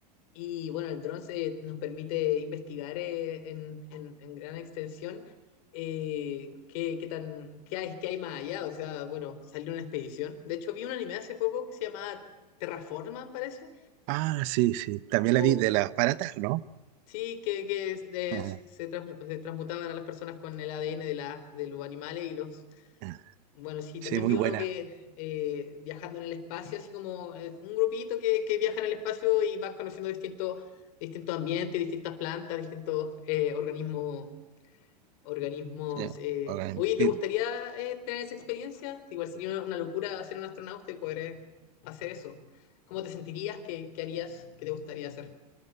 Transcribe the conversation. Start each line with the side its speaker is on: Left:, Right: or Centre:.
Left: Y bueno, el dron se- nos permite investigar eh, en, en- en gran extensión eh, qué, qué tan, qué hay, qué hay más allá. O sea, bueno, salió una expedición. De hecho, vi un anime hace poco que se llamaba Terraforma, parece,
Right: Ah, sí, sí. También
Left: o,
Right: la vi de las baratas, ¿no?
Left: Sí, que, que es- es-
Right: Ah,
Left: se, transmu- se transmutaban a las personas con el ADN de, la, de los animales y los...
Right: ah,
Left: Bueno, sí,
Right: sí,
Left: también
Right: muy
Left: vi
Right: buena.
Left: uno que eh, viajando en el espacio, así como eh, un grupito que, que viaja en el espacio y van conociendo distintos distintos ambientes, distintas plantas, distintos eh, organismos. organismos
Right: Sí,
Left: eh.
Right: ahora
Left: Oye,
Right: mismo,
Left: ¿te gustaría eh, tener esa experiencia? Igual sería una, una locura ser un astronauta y poder eh, hacer eso. ¿Cómo te sentirías? ¿Qué, qué harías? ¿Qué te gustaría hacer?